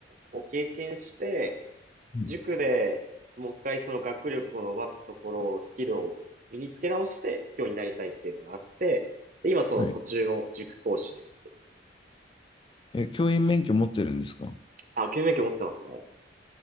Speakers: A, on the right; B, on the left.
A: を経験して、
B: うん
A: 塾でもう一回その学力を伸ばすところを、スキルを身につけ直して教員になりたいっていうのがあって、で、今その途中の塾講師をやってるって感じ。
B: はい。え、教員免許持ってるんですか
A: あ、教員免許持ってますね。